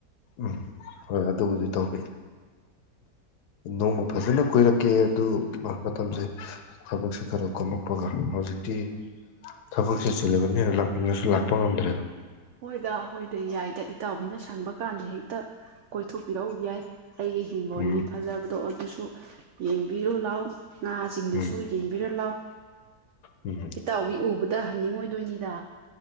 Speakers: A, on the left; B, on the right.
A: ꯎꯝ ꯍꯣꯏ ꯑꯗꯨꯕꯨꯗꯤ ꯇꯧꯒꯦ ꯅꯣꯡꯃ ꯐꯖꯅ ꯀꯣꯏꯏꯔꯛꯀꯦ ꯑꯗꯨ ꯃꯇꯝꯁꯦ ꯊꯕꯛꯁꯦ ꯈꯔ ꯀꯣꯝꯃꯛꯄꯒ ꯍꯧꯖꯤꯛꯇꯤ ꯊꯕꯛꯁꯦ ꯆꯤꯜꯂꯤꯕꯅꯤꯅ ꯂꯥꯛꯅꯤꯡꯉꯁꯨ ꯂꯥꯛꯄ ꯉꯝꯗ꯭ꯔꯦꯗꯣ
B: ꯍꯣꯏꯗ ꯍꯣꯏꯗ ꯌꯥꯏꯗ ꯏꯇꯥꯎꯕꯤꯅ ꯁꯪꯕ ꯀꯥꯟꯗꯦ ꯍꯦꯛꯇ ꯀꯣꯏꯊꯣꯛꯄꯤꯔꯛꯎ ꯌꯥꯏ ꯑꯩꯒꯤ ꯍꯤꯡꯒꯣꯜꯒꯤ
A: ꯎꯝ
B: ꯐꯖꯕꯗꯣ ꯑꯗꯨꯁꯨ ꯌꯦꯡꯕꯤꯔꯣ ꯂꯥꯛꯑꯣ ꯉꯥꯁꯤꯡꯗꯨꯁꯨ
A: ꯎꯝ
B: ꯌꯦꯡꯕꯤꯔ ꯂꯥꯎꯑꯣ
A: ꯎꯝ
B: ꯏꯇꯥꯎꯕꯤ ꯎꯕꯗ ꯍꯟꯅꯤꯡꯉ ꯑꯣꯏ ꯇꯨꯅꯤꯗꯥ